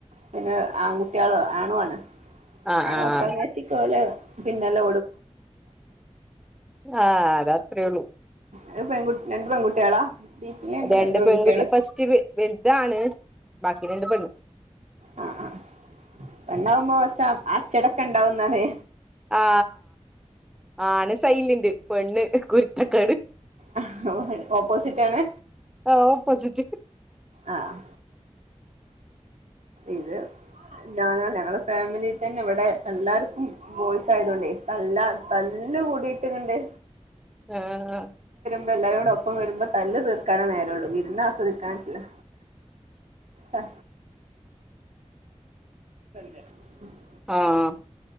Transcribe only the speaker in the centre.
ആഹ്
ആഹ്
ആഹ് അതത്രേ ഉള്ളു
രണ്ട്
പെൺകുട്ടി ഫസ്റ്റ് വെ വെൽതാണ് ബാക്കി രണ്ട് പെണ്ണ്
ആ ആണ് സൈലിന്റ് പെണ്ണ് കുരുത്തക്കേട്
ഓപ്പോസിറ്റ്
ആആ
ആഹ്